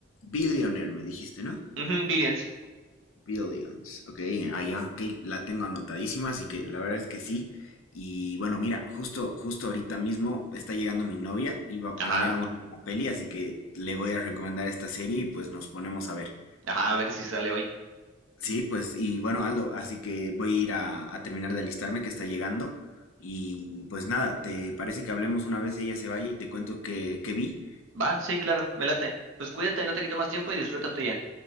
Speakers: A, on the left (about 80°); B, on the right (about 75°).
A: Billionaire, me dijiste, ¿no?
B: Ujú, Billions.
A: Billions. Ok, ah, ya, ok, la tengo anotadísima, así que la verdad es que sí. Y bueno, mira, justo, justo ahorita mismo está llegando mi novia, iba,
B: Ajá,
A: planeábamos ver una peli, así que le voy a recomendar esta serie y pues nos ponemos a ver.
B: ajá, a ver si sale hoy.
A: Sí, pues, y bueno, Aldo, así que voy a ir a, a terminar de alistarme que está llegando. Y pues nada, ¿te parece que hablemos una vez ella se vaya y te cuento que, que vi?
B: Va, sí, claro, me late. Pues cuídate, no te quito más tiempo y disfruta tuya.